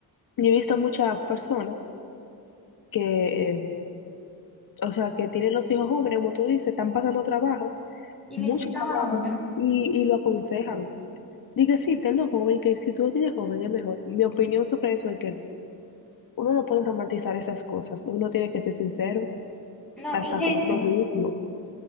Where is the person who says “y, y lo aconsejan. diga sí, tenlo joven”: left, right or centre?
Left